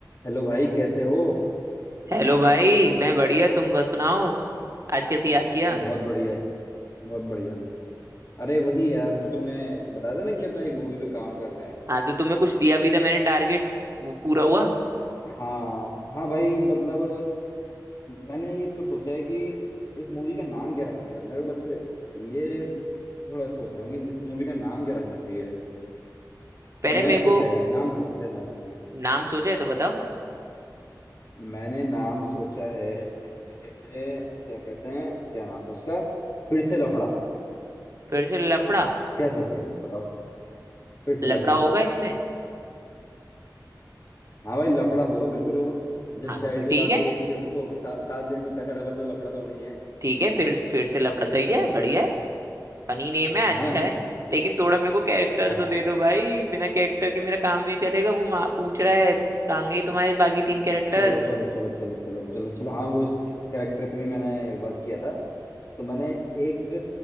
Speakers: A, on the left (about 50°); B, on the right (about 45°).
A: Hello भाई कैसे हो
B: Hello भाई मैं बढ़िया तुम बस सुनाओ आज कैसे याद किया
A: बहुत बढ़िया बहुत बढ़िया अरे वही यार जो तुमने बताया था ना कि अपना एक मूवी पे काम कर रहे हैं
B: हाँ तो तुम्हें कुछ दिया भी था मैंने टारगेट वो पूरा हुआ
A: हाँ हाँ भाई मतलब मैंने ये तो सोचा है कि इस मूवी का नाम क्या रखें यार मैं बस ये थोड़ा सोच रहा हूँ कि इस मूवी का नाम क्या रखना चाहिए
B: पहले
A: मैंने
B: मेरे
A: सोचा
B: को
A: है एक नाम सोचा है मैंने
B: नाम सोचा है तो बताओ
A: मैंने नाम सोचा है क्या कहते हैं क्या नाम था उसका फिर से लफड़ा
B: फिर से लफड़ा
A: कैसा सीन है बताओ फिर से
B: लफड़ा
A: लफड़ा
B: होगा इसमें
A: हाँ भाई लफड़ा होगा बिल्कुल होगा जब
B: हाँ
A: जाहिर
B: तो फिर
A: सी बात
B: ठीक है
A: है इक्कीस वो सात सात दिन में पैसा डबल तो लफड़ा तो होना ही है है
B: ठीक है फिर फिर से लफड़ा सही है बढ़िया है फनी नेम है
A: ना
B: अच्छा है लेकिन थोड़ा मेरे को कैरेक्टर
A: हाँ
B: तो दे दो भाई बिना कैरेक्टर के मेरा काम नहीं चलेगा वो माँ पूछ रहा है कहाँ गई तुम्हारे बाकी तीन कैरेक्टर
A: चलो चलो चलो चलो चलो चलो चलो हाँ वो उस कैरेक्टर पे भी मैंने वर्क किया था तो मैंने एक